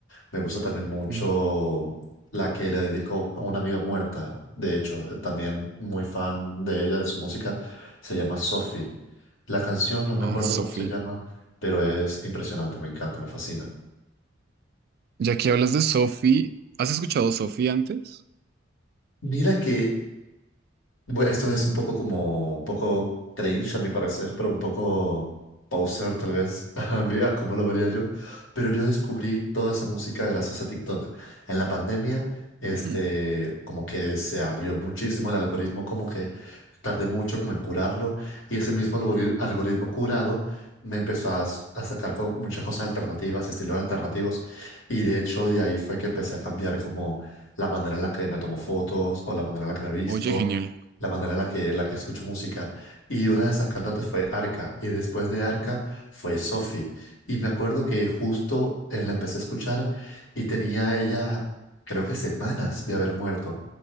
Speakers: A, on the left; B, on the right.
A: Me gusta también mucho
B: Mm.
A: la que le dedico a una amiga muerta. De hecho, eh, también muy fan de ella, de su música. Se llama Sophie. La canción no me
B: Oh,
A: acuerdo
B: Sophie.
A: cómo se llama, pero es impresionante, me encanta, me fascina.
B: Ya que hablas de Sophie, ¿has escuchado Sophie antes?
A: Mira que Bu- Esto es un poco como, un poco cringe a mi parecer, pero un poco poser tal vez, <laughs> a mí, a cómo lo vería yo. Pero yo descubrí toda esa música gracias a TikTok. En la pandemia, este,
B: Mm.
A: como que se abrió muchísimo el algoritmo, como que tardé mucho como en curarlo, y ese mismo algori- algoritmo curado me empezó a, s- a sacar como muchas cosas alternativas, estilos alternativos, y de hecho de ahí fue que empecé a cambiar como la manera en la que me tomo fotos o la manera en la que me visto
B: Oye, genial.
A: la manera en la que, la que escucho música. Y una de esas cantantes fue Arca, y después de Arca fue Sophie. Y me acuerdo que justo eh, la empecé a escuchar y tenía ella, creo que semanas de haber muerto.